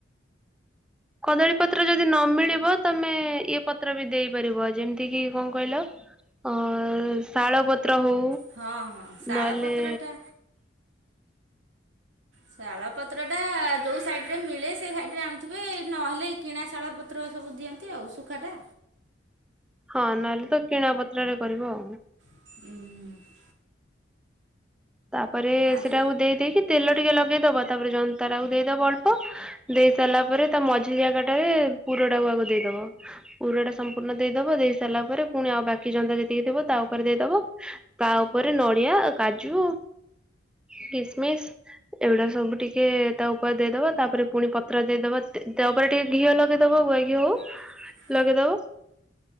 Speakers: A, in the centre; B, on the right.
A: କଦଳୀ ପତ୍ର ଯଦି ନମିଳିବ ତମେ ଇଏ ପତ୍ର ବି ଦେଇପାରିବ ଯେମିତି କିି କଣ କହିଲ? ଅ ଶାଳ ପତ୍ର ହଉ
B: ହଁ ହଁ ଶାଳପତ୍ରଟା
A: ନହେଲେ
B: ଶାଳ ପତ୍ର ଟା ଯୋଉ ସାଇଡ୍ ରେ ମିଳେ ସେ ସାଇଡ୍ ରେ ଆଣୁଥିବେ ନହେଲେ କିଣା ଶାଳ ପ ତ୍ର ସବୁ ଦିଅନ୍ତି ଆଉ ଶୁଖାଟା।
A: ହଁ ନହେଲେ ତ କିଣା ପତ୍ରରେ କରିବ।
B: ହୁଁ ହୁଁ।
A: ତାପରେ
B: ଆଜି
A: ସେଟାକୁ ଦେଇଦେଇକି ତେଲ ଟିକେ ଲଗେଇଦବ ତାପରେ ଜନ୍ତା ଟାକୁ ଦେଇଦବ ଅଳ୍ପ। ଦେଇ ସାରିଲା ପରେ ତା ମଝି ଜାଗା ଟାରେ ପୁରଟାକୁୁ ଆକୁ ଦେଇଦବ। ପୁରଟା ସମ୍ପୂର୍ଣ୍ଣ ଦେଇଦବ ଦେଇ ସାରିଲା ପରେ ପୁଣି ଆଉ ବାକି ଜନ୍ତା ଯେତିକି ଥିବ ତା ଉପରେ ଦେଇଦବ। ତା ଉପରେ ନଡିଆ, କାଜୁ, କିସମିସ। ଏଗୁଡା ସବୁ ଟିକେ ତା ଉପରେ ଦେଇଦବ ତାପରେ ପୁଣି ପତ୍ର ଦେଇଦବ ତା ଦବା ଟିକେ ଘିଅ ନଗେଇଦବ ଗୁଆ ଘିଅ ହଉ।
B: <inaudible>
A: ଲଗେଇଦବ